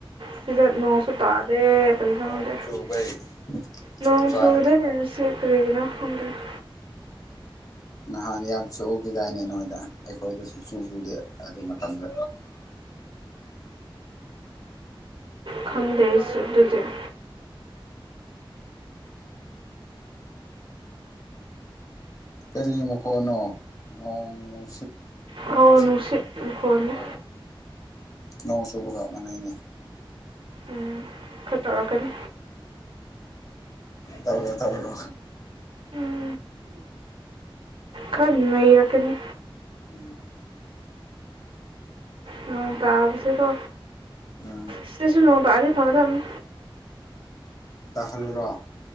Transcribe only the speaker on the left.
ꯅꯣꯡ
ꯆꯨꯕꯩ
ꯆꯞ
ꯆꯥꯔꯦ
ꯅꯍꯥꯟ ꯌꯥꯝ ꯆꯨꯈꯤꯗꯥꯏꯅꯦ ꯅꯣꯏꯗ ꯑꯩꯈꯣꯏꯗ ꯆꯨ ꯆꯨꯗꯦ ꯑꯗꯨ ꯃꯇꯝꯗ
ꯀꯔꯤ ꯃꯈꯣꯟꯅꯣ ꯅꯣꯡ ꯅꯨꯡꯁꯤꯠ
ꯁꯤꯠ
ꯑꯣ ꯅꯣꯡ ꯆꯨꯕꯒ ꯃꯥꯅꯩꯅꯦ
ꯇꯧꯔ‌ꯦ ꯇꯧꯔꯣ
ꯎꯝ
ꯎꯝ
ꯇꯥꯍꯜꯂꯨꯔꯣ